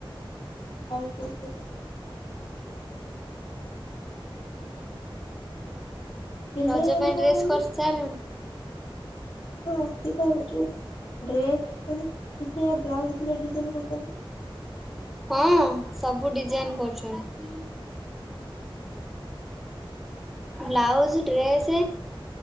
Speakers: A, on the left (about 80°); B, in the centre.
A: ଆଉ କୋଉ କୋଉ <inaudible> ସିଲେଇ
B: ରଜ
A: ମାନେ
B: ପାଇଁ
A: କଣ କହନି
B: ଡ୍ରେସ୍ କରି ସାଇଲୁଣି
A: ନା ଅଛି ତ <unintelligible> ଡ୍ରେସ ମାନେ <unintelligible> ବ୍ଲାଉଜ ଭଲ ଡିଜାଇନ କରୁଚନ୍ତି ନା
B: ହଁ ସବୁ ଡିଜାଇନ କରୁଛନ୍ତି ବ୍ଲାଉଜ ଡ୍ରେସ